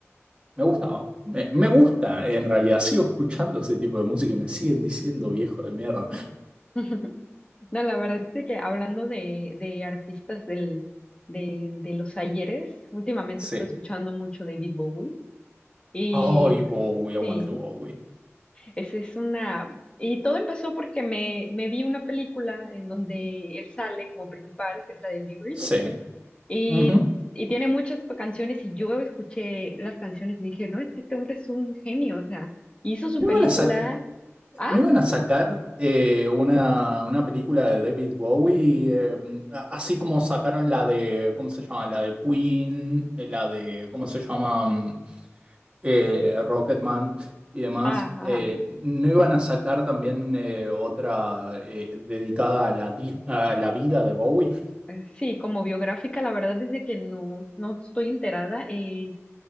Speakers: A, on the right; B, on the left.
A: me gustaba, me, me gusta, en realidad, sigo escuchando ese tipo de música y me siguen diciendo viejo de mierda.
B: Ujú. No, la verdad es de que hablando de, de artistas del, de, de los ayeres, últimamente
A: Sí.
B: he estado escuchando mucho David Bowie y
A: Ay, Bowie, aguante
B: sí,
A: Bowie.
B: Esa es una... Y todo empezó porque me, me vi una película en donde él sale como principal, que es la del Libri,
A: Sí.
B: y,
A: Ujú.
B: y tiene muchas p- canciones y yo escuché las canciones y dije, no, es que este hombre es un genio, o sea, hizo su
A: No
B: película...
A: iban a sacar.
B: Ah,
A: ¿No iban a sacar eh, una, una película de David Bowie? eh, a- así como sacaron la de, ¿cómo se llama? La de Queen, eh, la de, ¿cómo se llama? Mm, eh, Rocketman y demás.
B: ah,
A: eh,
B: ajá.
A: ¿no iban a sacar también eh, otra eh, dedicada a la, di- a la vida de Bowie?
B: Eh, Sí, como biográfica, la verdad es de que no, no estoy enterada. eh,